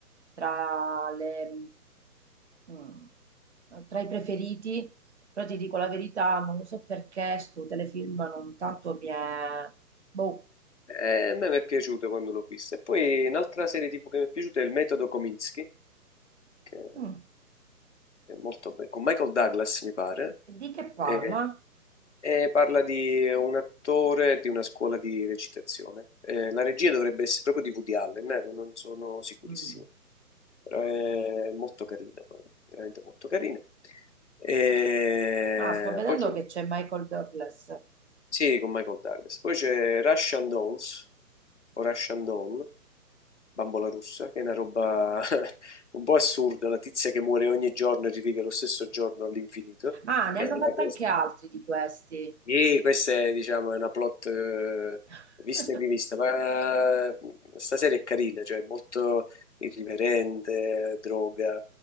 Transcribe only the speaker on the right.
tra le, mh, tra i preferiti, però ti dico la verità, non lo so perché sto telefilm non tanto mi è... Boh.
Mm.
E Di che parla?
Mm.
Ah, sto vedendo
che c'è Michael Douglas.
Ah, ne
hanno
fatto
anche altri di questi.
<laughs>